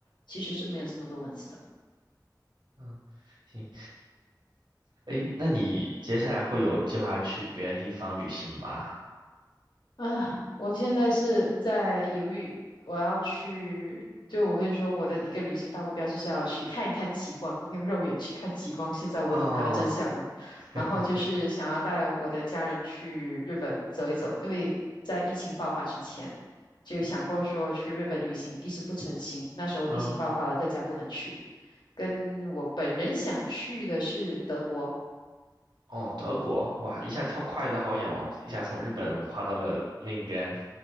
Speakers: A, on the left; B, on the right.
A: 其实是没有这么多蚊子的。
B: 嗯，行。诶，那你接下来会有计划去别的地方旅行吗？
A: 啊，我现在是在犹豫，我要去，就我跟你说，我的一个旅行大目标就是要去看一看极光，用肉眼去看极光。现在我懂它的真相了，
B: 哦，<laughs>
A: 然后就是想要带我的家人去日本走一走，因为在疫情爆发之前就想过说去日本旅行，一直不成行，那时候疫情爆发了，
B: 嗯，
A: 更加不能去。跟我本人想去的是德国。
B: 哦，德国，哇，一下跳跨的好远哦，一下从日本跨到了另一边。